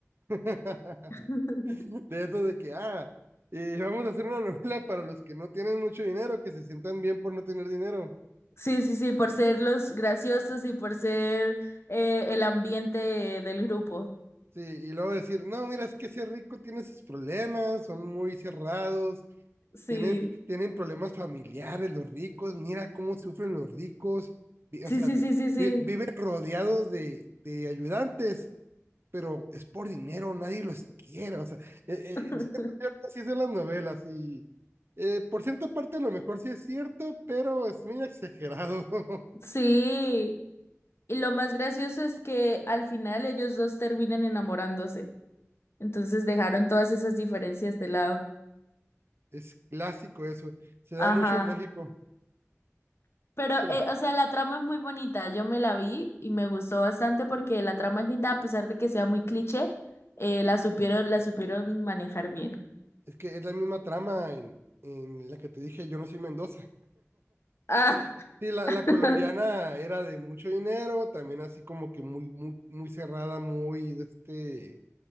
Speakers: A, on the right (about 50°); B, on the left (about 55°).
A: <laughs>
B: <laughs>
A: De eso de que, ah, eh, vamos a hacer una novela para los que no tienen mucho dinero, que se sientan bien por no tener dinero.
B: Sí, sí, sí, por ser los graciosos y por ser eh, el ambiente del grupo.
A: Sí, y luego decir, no, mira, es que ese rico tiene sus problemas, son muy cerrados,
B: Sí,
A: tienen, tienen problemas familiares los ricos, mira cómo sufren los ricos, vi- o
B: sí,
A: sea,
B: sí,
A: vi-
B: sí, sí, sí.
A: vi- viven rodeados de, de ayudantes, pero es por dinero, nadie los quiere, o sea, eh,
B: <laughs>
A: eh, siento yo que así son las novelas y eh, por cierta parte a lo mejor sí es cierto, pero es muy exagerado, <laughs>
B: Sí. Y lo más gracioso es que al final ellos dos terminan enamorándose. Entonces dejaron todas esas diferencias de lado.
A: es clásico eso, se da
B: Ajá.
A: mucho en México,
B: Pero,
A: pero...
B: eh, o sea, la trama es muy bonita. Yo me la vi y me gustó bastante porque la trama es linda, a pesar de que sea muy cliché, eh, la supieron, la supieron manejar bien.
A: Es que es la misma trama en, en la que te dije, yo no soy Mendoza.
B: Ah, <laughs>
A: Sí, la, la colombiana era de mucho dinero, también así como que muy, muy, muy cerrada, muy, de este,